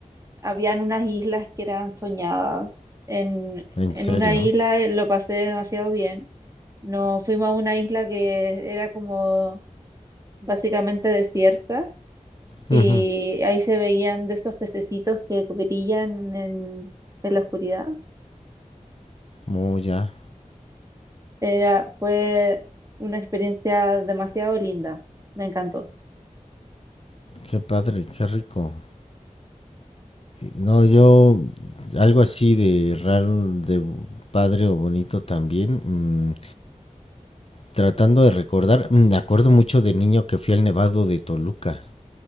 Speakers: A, on the right (about 25°); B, on the left (about 50°).
A: habían unas islas que eran soñadas. En,
B: ¿En
A: en
B: serio?
A: una isla eh, lo pasé demasiado bien. Nos fuimos a una isla que era como básicamente desierta
B: Ujú.
A: y ahí se veían de esos pececitos que brillan en en la oscuridad.
B: Oh, ya.
A: Era, fue una experiencia demasiado linda. Me encantó.
B: Qué padre, qué rico. No, yo algo así de raro, de padre o bonito también. mm, tratando de recordar, mm, me acuerdo mucho de niño que fui al Nevado de Toluca.